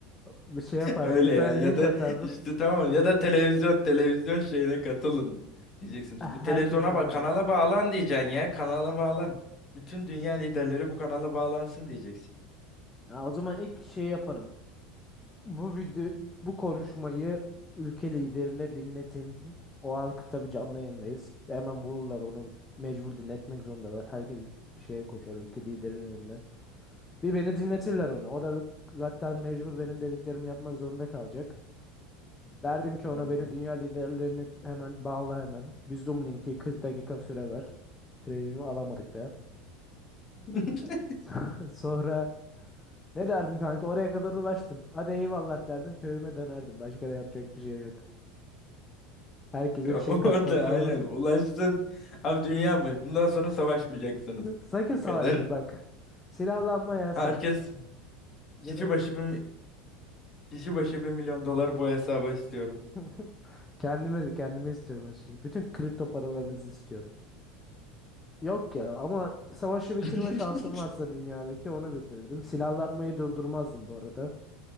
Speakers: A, on the left; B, on the left.
A: bir şey yapardım.
B: Öyle
A: Bir tane
B: ya ya
A: link
B: da
A: atardım.
B: işte tamam ya da televizyon televizyon şeyine katılın diyeceksin.
A: Herkes
B: Bu televizyona
A: bunu
B: bak
A: izlesin.
B: kanala bağlan diyeceksin ya kanala bağlan. Bütün dünya liderleri bu kanala bağlansın diyeceksin.
A: Ha, o zaman ilk şey yaparım. Bu video, bu konuşmayı ülke liderine dinletin. O an tabii canlı yayındayız. Hemen bulurlar onu mecbur dinletmek zorundalar. Herkes şeye koşar ülke liderinin önüne. Bir beni dinletirler onu. O da zaten mecbur benim dediklerimi yapmak zorunda kalacak. Derdim ki ona
B: Hı hı.
A: beni dünya liderlerini hemen bağla hemen. Bir Zoom linki 40 dakika süre ver. Premium'u alamadık
B: <laughs>
A: <laughs> Sonra ne derdim kanka oraya kadar ulaştım. Hadi eyvallah derdim köyüme dönerdim. Başka da yapacak bir şey yok. Herkese
B: Ya
A: bir şey
B: orada
A: kanıtlamış
B: aynen
A: olurdum.
B: ulaştın. Abi dünya başı. Bundan sonra savaşmayacaksınız.
A: <laughs> Sakın
B: Bu
A: savaşmayın
B: kadar.
A: bak. Silahlanma yasak.
B: Herkes
A: Ya
B: kişi
A: da
B: başı bir, kişi başı bir milyon dolar bu hesaba istiyorum.
A: <laughs> kendime de kendime istiyorum her şeyi. Bütün kripto paralarınızı istiyorum. Yok ya ama savaşı bitirme
B: <laughs>
A: şansım varsa dünyadaki onu bitirirdim. Silahlanmayı durdurmazdım bu arada.